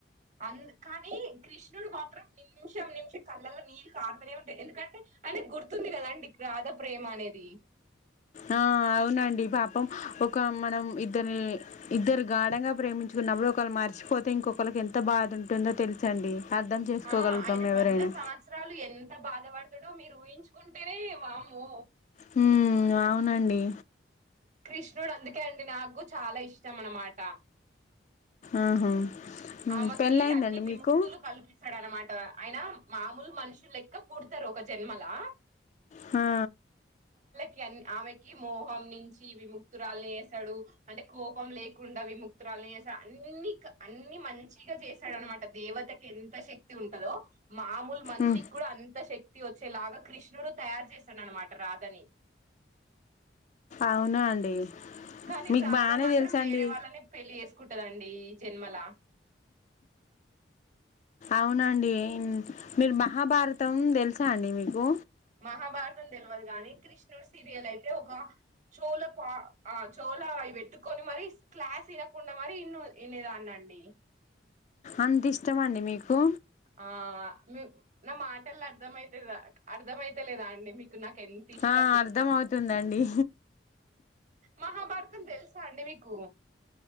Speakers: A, on the right; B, on the left.
A: అ కానీ కృష్ణుడు మాత్రం నిమిషం నిమిషం కళ్ళలో నీళ్ళు కారుతూనే ఉంటాంది ఎందుకంటే అనే గుర్తుంది కద అండి రాధ ప్రేమ అనేది
B: ఆ అవునండి పాపం ఒక మనం ఇద్దరు ఇద్దరు గాఢంగా ప్రేమించుకు నవ్వీ ఒకళ్ళ మర్చిపోతే ఇంకొకళ్ళకి ఎంత బాధ ఉంటుందో తెలుసండి అర్థం చేసుకోగలుగుతాం
A: ఆ ఆయన
B: ఎవరైనా
A: వంద సంవత్సరాలు ఎంత బాధపడతాడుో మీరు ఊహించుకుంటేనే వామ్మో
B: హ్మ్ అవునండి
A: కృష్ణుడు అందుకే అండి నాకు చాలా ఇష్టం అన్నమాట
B: ఆహా ఉమ్
A: ఆమెకి
B: పెళ్ళయిందండి
A: అన్ని విముక్తులు
B: మీకు
A: కల్పిస్తాడాన్నమాట ఆయన మామూలు మనుషులు లెక్క పుడతరు ఒక జన్మలా
B: హా
A: కి అన్ని ఆమెకి మోహం నించి విముక్తురాలిని చేస్తాడు అంటే కోపం లేకుండా విముక్తురా లు చేస అన్నీ కా అన్ని మంచిగా చేస్తాడనమాట దేవతకి ఎంత శక్తి ఉంటదో మామూలు మనిషికి
B: ఉమ్
A: కూడా అన్ అంత శక్తి వచ్చేలాగా కృష్ణుడు తయారు చేస్త ననమాట రాధని
B: అవునా అండి
A: కానీ
B: మీకు
A: రాధ
B: బానే
A: మాత్రం
B: తెలుసండి
A: వేరే వాళ్ళని పెళ్ళి చేసుకుం టదండి ఈ జన్మలా
B: అవునండి మీరు మహాభారతం తెలుసా అండి మీకు
A: మహాభారతం తెల్వదు గానీ కృష్ణుడు సీరియల్ అయితే ఒక చోల పా ఆ చో వులా అవి పెట్టుకొని మరి క్లాస్ వినకుండా మరి ఇన్న ఇనేదాన్నీ అండి
B: అంత ఇష్టమా అండి మీకు
A: ఆ మీ నా మాటలు అర్థమయితేదా అర్థమయితేలేదా అండి మీ కు నాకు ఎంత ఇష్టము
B: ఆ అర్థం అవుతుందండి
A: మహాభారతం తెలుసా అండి మీకు